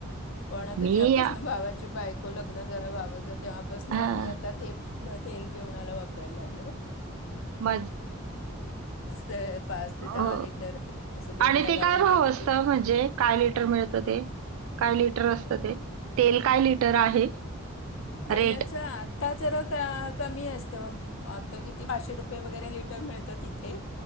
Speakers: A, on the left (about 65°); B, on the right (about 75°).
A: पण आता
B: मी
A: जेव्हापासून भावाची बायक लग्न जरा व्हावं तेव्हापासून
B: हा
A: आम्ही आता ते म तेल जेवणाला वापरायला लागलोय
B: म
A: ते पाच ते दहा
B: हो
A: लिटर असं दोनदा
B: आणि ते
A: गावी
B: काय
A: गेले
B: भाव असत
A: की
B: म्हणजे काय लिटर मिळत ते काय लिटर असत ते तेल काय लि र आहे
A: तेलाच्या
B: रेट
A: आता जर कमी असतं आता किती पाचशे रुपये वगैरे लिटर मिळतं तिथ ते